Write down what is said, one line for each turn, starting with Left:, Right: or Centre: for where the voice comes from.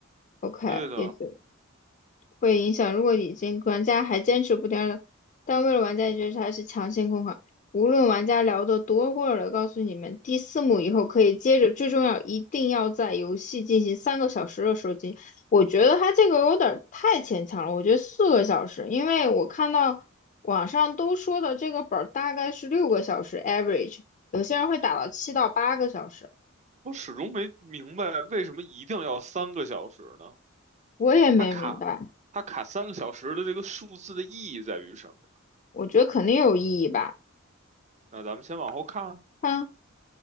Left: OK，
Right: 对的，
Left: 也就会影响。如果已经玩家还坚持不掉了，但为了玩家也觉得它是强行控款，无论玩家聊得多过了，告诉你们，第四幕以后可以接着。最重要，一定要在游戏进行三个小时的收集。我觉得它这个有点儿太牵强了，我觉得四个小时，因为我看到网上都说的这个本儿大概是六个小时 average，有些人会打到七到八个小时，
Right: 我始终没明白为什么一定要三个小时呢？
Left: 我也没明白，
Right: 它卡它卡三个小时的这个数字的意义在于什么呀？
Left: 我觉得肯定有意义吧，
Right: 那咱们先往后看啊。
Left: 啊。